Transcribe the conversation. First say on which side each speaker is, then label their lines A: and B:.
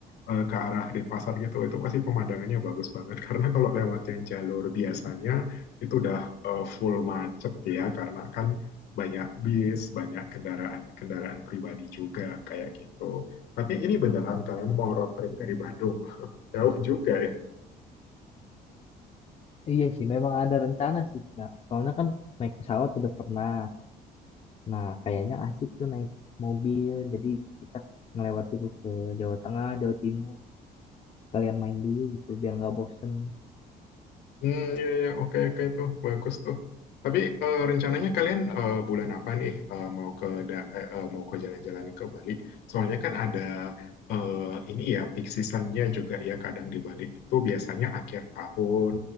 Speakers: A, on the left; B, on the left.
A: eh, ke arah Denpasar gitu. Itu pasti pemandangannya bagus banget. <laughs> Karena kalau lewat yang jalur biasanya
B: Oh,
A: itu udah eh, full macet ya karena kan banyak bis, banyak kendaraan-kendaraan pribadi juga kayak gitu. Tapi ini beneran kalian mau road trip
B: iya,
A: dari
B: iya.
A: Bandung? <laughs> Jauh juga ya.
B: Iya sih, memang ada rencana sih Kak. Soalnya kan naik pesawat udah pernah. Nah, kayaknya asik tuh naik mobil. Jadi kita ngelewat dulu ke Jawa Tengah, Jawa Timur. Sekalian main dulu gitu, biar nggak bosen.
A: Hmm, ya, ya, oke, oke tuh, bagus tuh. Tapi eh, rencananya kalian eh, bulan apa nih eh, mau ke da- eh, eh, mau ke jalan-jalan ke Bali? Soalnya kan ada eh, ini ya peak seasonnya juga ya kadang di Bali itu biasanya akhir tahun,